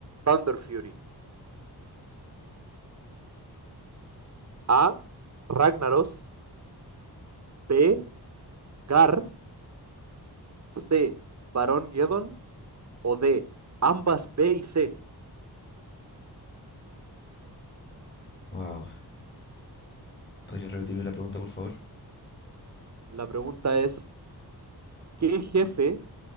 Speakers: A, on the right; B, on the left.
A: Thunder Fury? A. Ragnaros. B. Gar. C, Barón Geddon o D, ambas B y C.
B: Wow, ¿podría repetirme la pregunta, por favor?
A: La pregunta es, ¿qué jefe